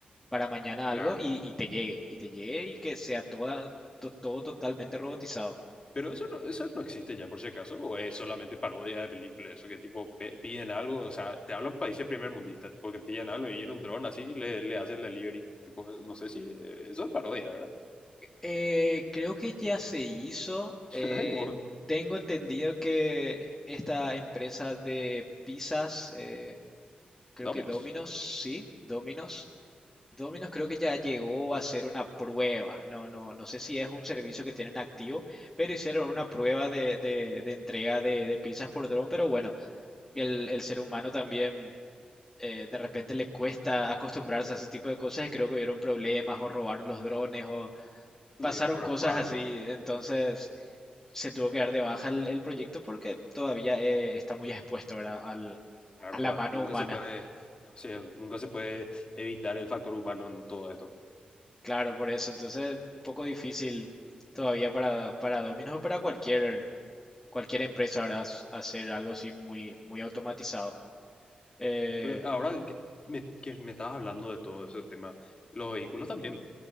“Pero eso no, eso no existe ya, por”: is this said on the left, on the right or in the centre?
Left